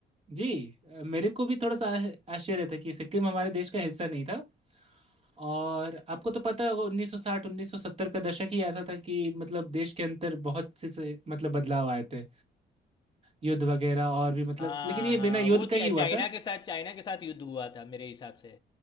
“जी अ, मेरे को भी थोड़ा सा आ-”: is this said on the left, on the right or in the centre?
Right